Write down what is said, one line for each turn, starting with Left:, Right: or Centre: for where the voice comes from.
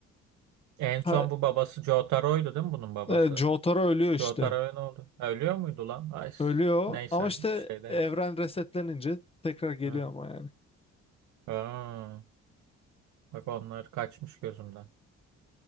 Right: En
Left: Ha,
Right: son bu babası Jotaro'ydu değil mi bunun babası?
Left: e, Jotaro ölüyor işte.
Right: Jotaro ne oldu? Ha, Ölüyor muydu lan? Ay,
Left: Ölüyor
Right: neyse
Left: ama işte
Right: bir şey demeyeyim.
Left: evren resetlenince tekrar geliyor
Right: Evet.
Left: ama yani.
Right: Aa, bak onlar kaçmış gözümden.